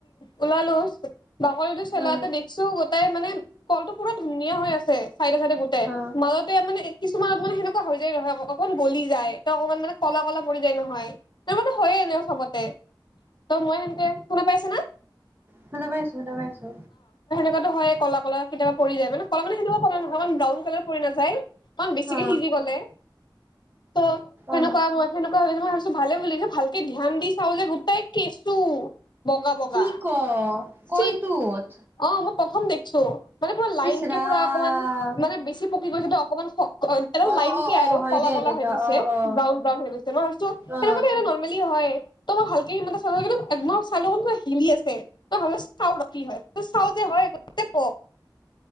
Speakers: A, on the left; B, on the right.
A: ওলালো হয় বাকলিটো চেলাতে
B: অ
A: দেখিছো গোটাই মানে কলটো পুৰা ধুনীয়া হৈ আছে চাইডে চাইডে গোটেই
B: অ
A: মাজতে মানে কিছুমান হেনেকুৱা হৈ যায় নহয় অক পলি যায় ত অকমান মানে কলা কলা ম যায় নহয় ত মানে হয়য়ে এনে চবতে তই মই সেনেকে শুনা পাইছ না
B: শুনা পাইছো শুনা পাইছো
A: হেটো হয় কলা কলা কেতিয়াবা পৰি যায় মানে কলা মানে সেনেকুৱা কলা নহয়মান ব্ৰাউন কালাৰ পৰি নাযায় অকমান বেছিকে
B: অ
A: সিজি গলে ত সেনেকুৱা
B: অ
A: মই সেনেকুৱা হয় তো ভালে বুলি যে ভালকে ধ্যান দি চাও যে গোটাই কেঁচু বগা বগা
B: কি ক কলটোত
A: চি অ মই প্ৰথম দেখিছো মানে পুৰা লাইন
B: ইচ ৰাম
A: কে পুৰা অকমান মানে বেছি পকি গৈছে অকমান এ
B: অ
A: লাইন
B: অ
A: কে আৰু
B: অ হয়
A: কলা
B: দে
A: কলা
B: এনেকা
A: হৈ গৈছে
B: অ অ
A: ব্ৰাউন ব্ৰাউন হৈ গৈছে মই ভাবছো সেনেকুৱা
B: অ
A: এ নৰ্মেলি হয় ত মই ভালেকে মানে একম চাই ল ম হিলি আছে হাল চাও ৰক কি হয় চাও যে হয় গতে প